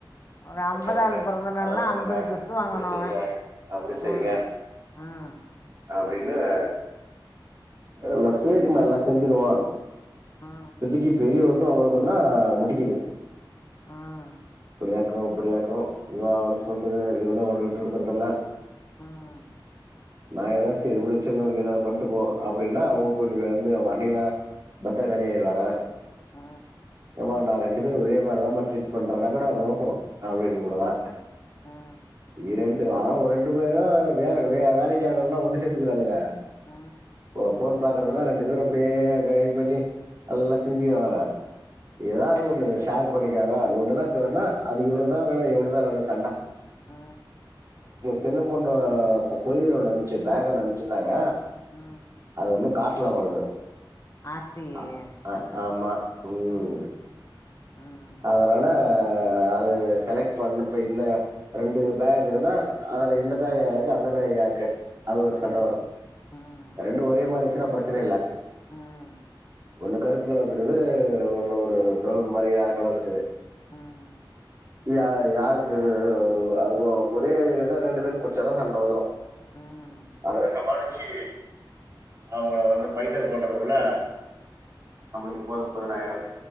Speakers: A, on the left; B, on the right.
A: ஒரு அம்பதாவது
B: பண்ணுங்க
A: பொறந்தனாள்னா
B: அத பண்ணுங்க
A: அம்பது கிஃப்ட் வாங்குணு
B: இப்டி செய்ங்க
A: அவ
B: அப்டி செய்ங்க
A: ம் ம்
B: அப்டின்னு அ எல்லா சேரிமா எல்லா ஸ் செஞ்சிருவா
A: ஆ
B: இப்பத்திக்கி பெரியவளு ன்னு அவுளுகுந்தா தா முட்டிகிது
A: ஆஹ்
B: ப்டியாக்கு அப்பிடியாக்கு இவ அவள சொல்றது இவளு அவள விட்டு குடுக்குறதல்ல
A: ம்
B: நா எதாவ் செரி உடு சின்னதுக் எதாவ் பண்டு போ அப்டின்னா அவுங்க பொண்ணுக்கு வந்து அவ் அன்னிக்கி தா பத்தரகாளியாயிருவாங்க
A: அ
B: ப நா ரெண்டு பேர் ஒரே மார தாம்ப ட்ரீட் பண் ண்றனா கொட ஓஹோ அப்டின்னு புடுவே
A: ஆ ஆ
B: இரண் ஆனா ஒ ரெண்டு பேரு வேல வே வேலைக்காவுனுன்னா ஒண்ணு சேந்துக்கிறாளுங்க
A: ஆ
B: போ போன் பாக்கறதுன்னா ரெண்டு பேரு அப்டியே இ இது பண்ணி நல்லா செஞ்சுக்குவாங்க எதாவது ஒன்னு ஸ் ஷேர் பண்ணிக்காங்கா ஒன்னுதா க்குதுன்னா அது இவுனுகுதா வேணு இவுனுகுதா வேணு சண்ட
A: அ
B: சின்ன பொண்ணு ப்ப போயிரு லன்ச்சு பேகு ஒன்னு அம்சிர்ந்தாங்க
A: ஆ
B: அது ஒண்ணு காட்ல வாழுது
A: ஆர்த்தி
B: அ
A: எடுத்ததா
B: அஹ் ஆமா உம்
A: ம் ம்
B: அதனால அது செலக்ட் பண்ணப்ப இல்ல ரெண்டு
A: ம்
B: பேக் இதுனா அதுல இந்த பேகு யாருக்கு அந்த பேகு யாருக்கு அது ஒரு
A: ம்
B: சண்ட வரு
A: ம்
B: ரெண்டு ஒரே மாரிந்ச்சுனா ப்ரச்சினை இல்ல
A: ம்
B: ஒண்ணு கருப்பு கலர்ல இருக்குது ஒன்னு ஒரு பிரவுன் மாரி அரக் கலர்ல இருக்குது
A: ம்
B: யா யாருக்கிது ஓ அ ஓ ஒரே இடதா ரெண்டு பேர் புடிச்சாதா சண்ட வந்துரு
A: ம்
B: அதுங்க சமாளிக் ச்சி அவுங்கள வந்து பைசல் பண்றதுக்குல நம்மளுக்கு போதும்போதுன் ஆய்ரு